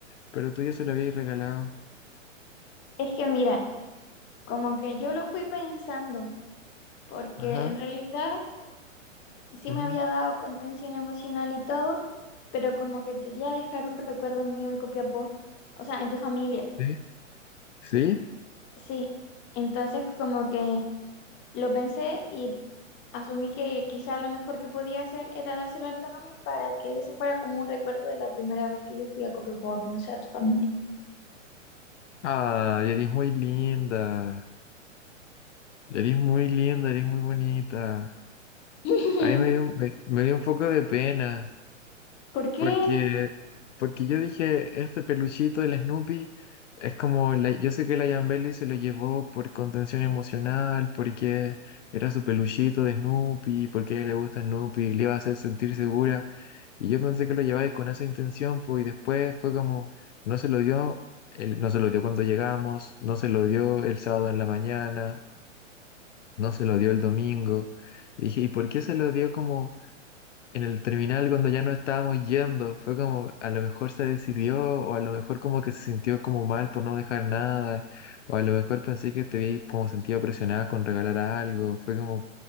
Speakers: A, on the left; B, on the left.
A: Pero tú ya se lo habías regalado.
B: Es que mira, como que yo lo fui pensando, porque
A: Ajá.
B: en realidad sí
A: ujú,
B: me había dado contención emocional y todo, pero como que quería dejar un recuerdo mío en Copiapó, o sea, en tu familia,
A: ¿Sí? ¿Sí?
B: sí. Entonces como que lo pensé y asumí que quizá lo mejor que podía hacer era dárselo al Tommy para que ese fuera como un recuerdo de la primera vez que yo fui a Copiapó a conocer a tu familia.
A: Ah, eres muy linda. Eres muy linda, eres muy bonita.
B: <laughs>
A: A mí me dio, me me dio un poco de pena.
B: ¿Por qué
A: Porque, porque yo dije, este peluchito del Snoopy es como, la- yo sé que la Yambeli se lo llevó por contención emocional, porque era su peluchito de Snoopy, porque a ella le gusta Snoopy, le iba a hacer sentir segura. Y yo pensé que lo llevaba ahí con esa intención, pues, y después fue como, no se lo dio, él no se lo dio cuando llegamos, no se lo dio el sábado en la mañana, no se lo dio el domingo. Y dije, ¿y por qué se lo dio como en el terminal cuando ya no estábamos yendo. Fue como, a lo mejor se decidió, o a lo mejor como que se sintió como mal por no dejar nada, o a lo mejor pensé que te vi como sentido presionada con regalar algo. Fue como,